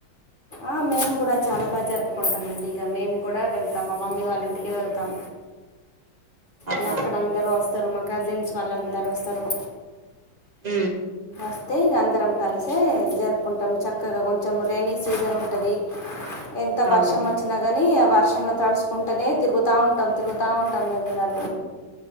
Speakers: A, on the left; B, on the right.
A: ఆ మేము కూడా చాలా బాగా జరుపుకుంటామ అండి ఇక మేము కూడా వెళ్తాం మ వాళ్ళ ఇంటికి వెళ్తాం
B: అవునా
A: ఇ అక్కడ అందరుూ వస్తారు మా కజిన్స్ వాళ్ళు అందరుూ వస్తారు
B: ఉ
A: అస్తే ఇక అందరం కలిసే జరుపుకుంటాం చక్కగా కొంచెం రెైనీ సీజన్ ఉంటుంది ఎంత
B: అవును
A: వర్షం వచ్చినా కానీ ఆ వర్షంలో తడుచుకుంటేనే తిరుగుతా ఉంటాం తిరుగుతా ఉంటాం మది కాట్